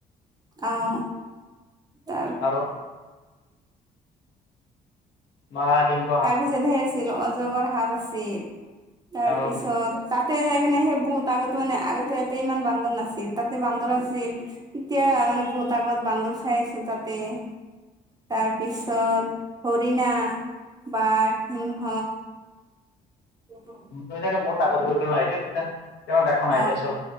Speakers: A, on the right; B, on the left.
A: অহ। তাৰ
B: আৰু <inaudible>
A: তাৰপিছত সে আছিল অজগৰ সাপ আছিল, তাৰপিছত
B: আৰু
A: তাত তে যায়কিনে সেই বহুত আগত মানে আগতে ইয়াতে ইমান বান্দৰ নাছিল তাতে বান্দৰ আছিল এতিয়া মানে বহুত আগত বান্দৰ চাই আছোঁ তাতে। তাৰপিছত হৰিণা বাঘ, সিংহ অ।
B: তুমি চাগে বহুত আগত গৈছিলা ন, এতিয়া তাতে একো নাই
A: অ
B: এতিয়া চব